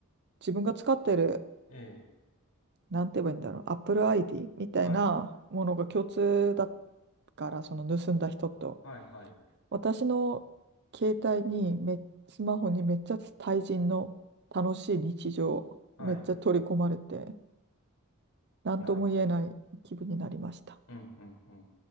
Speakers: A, on the right; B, on the left.
A: 自分が使ってる、
B: ええ。
A: なんて言えばいいんだろう、Apple ID みたいなものが共通だ
B: はい。
A: から、その盗んだ人と。
B: はいはい。
A: 私の携帯にめ、スマホにめっちゃ対人の楽しい日常、
B: はい。
A: めっちゃ取り込まれて。何とも言えない気分になりました。
B: なるほど。うんうんうん。